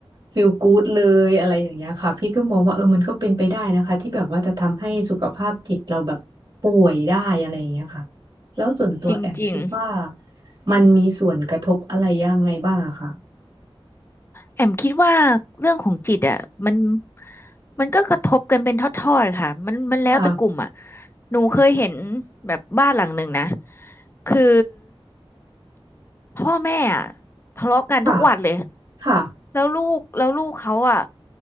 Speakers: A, on the right (about 45°); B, on the left (about 25°).
A: ฟีลกู๊ดเลยอะไรอย่างเงี้ยค่ะพี่ก็มองว่าเออมันก็เป็นไปได้นะคะที่แบบว่าจะทำให้สุขภาพจิตเราแบบป่วยได้อะไรอย่างเงี้ยค่ะแล้วส่วนตัวแอมคิดว่า
B: จริงจริง
A: มันมีส่วนกระทบอะไรยังไงบ้างอะค่ะ
B: แอมคิดว่าเรื่องของจิตอ่ะมันมันก็กระทบกันเป็นทอดๆค่ะมันมันแล้วแต่กลุ่มอ่ะ
A: ค่ะ
B: หนูเคยเห็นแบบบ้านหลังหนึ่งนะคือพ่อแม่อ่ะทะเลาะกันทุกวันเลย
A: ค่ะ ค่ะ
B: แล้วลูกแล้วลูกเขาอ่ะ